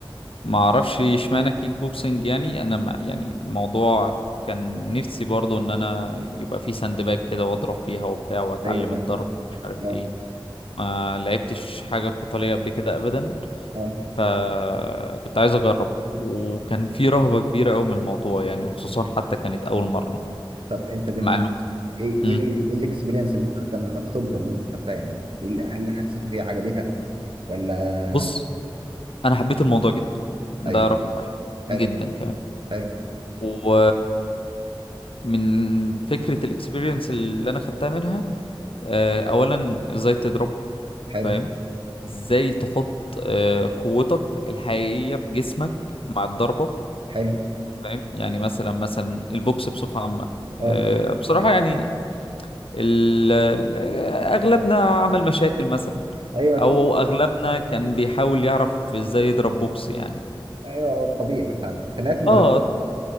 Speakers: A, on the left; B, on the right.
A: ما اعرفش اشمعنى كيك بوكسنج يعني انا ما يعني الموضوع كان نفسي برضو ان انا يبقى في ساند باج كده واضرب فيها وبتاع واتعلم
B: ايوه
A: الضرب ومش عارف
B: اه
A: ايه ما لعبتش حاجة قتالية قبل كده ابدا
B: اه
A: فكنت عايز اجرب وكان في رهبة كبيرة قوي من الموضوع يعني وخصوصا حتى كانت اول مرة
B: طب انت بين
A: مع الوقت
B: ايه ايه
A: مم.
B: ال- ايه الاكسبيرينس اللي انت خدتها منها الخبره اللي انت خدتها يعني ايه اللي هل حسيته هي عجبتك ولا
A: بص انا حبيت الموضوع جدا ده
B: ايوه
A: رقم واحد
B: حلو
A: جدا كمان
B: حلو
A: و من فكرة الاكسبيرينس اللي انا خدتها منها آه، اولا ازاي تضرب
B: حلو
A: فاهم ازاي تحط آه، قوتك الحقيقية بجسمك مع الضربة
B: حلو
A: فاهم يعني مثلا مثلا البوكس بصفة عامة
B: اه
A: آه، بصراحة يعني ال- ال- اغلبنا عمل مشاكل مثلا
B: ايوه اكيد
A: او اغلبنا كان بيحاول يعرف ازاي يضرب بوكس يعني
B: ايوه آه، طبيعي مثلا خناقات المدرسه
A: اه